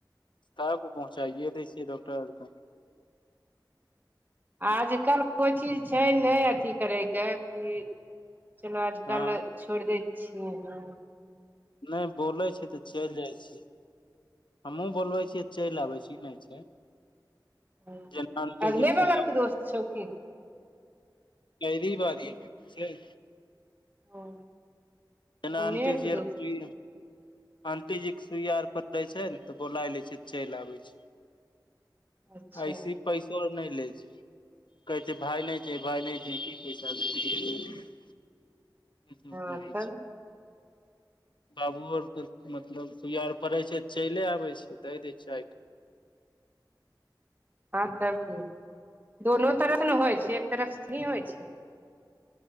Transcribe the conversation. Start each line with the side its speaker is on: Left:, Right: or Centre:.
Left: तब पहुँचाइए दै छियै डॉकटर अर कऽ
Right: आजकल कोइ चीज छै नय अथी करैक कऽ की चलो आजकल
Left: हँ
Right: छोड़ दै छियै हँ
Left: नय बोलै छै तऽ चैल जाइ छी हमहूँ बोलबै छियै चैल आबै छी ई नय छै
Right: हुँ
Left: जेना आंटी
Right: अगले
Left: जी के
Right: बगल
Left: सुइया
Right: केँ दोस्त छौ की
Left: कैदी बादी केँ मित्र छै
Right: ओ
Left: जेना
Right: ओन्ने
Left: अंटी जी
Right: के
Left: आर
Right: दोस्त
Left: की आन्टी जी कऽ सुइया आर प तै छै नऽ तऽ बोलाय लै छितै चैल आबै छै
Right: अच्छा
Left: ऐसी पैसो आर नय ले छै कहै छै भाय नय छी भाय नय छी की पैसा <unintelligible> ई सब
Right: हँ
Left: कहै
Right: तब
Left: छै बाबुओ आरकेऽ मतलब सुइया आर पड़ै छै तऽ चइले आबै छै दै दै आय कऽ
Right: हँ तब की दो तरफ से नऽ होइ छै एक तरफ सँ भोड़ी होइ छै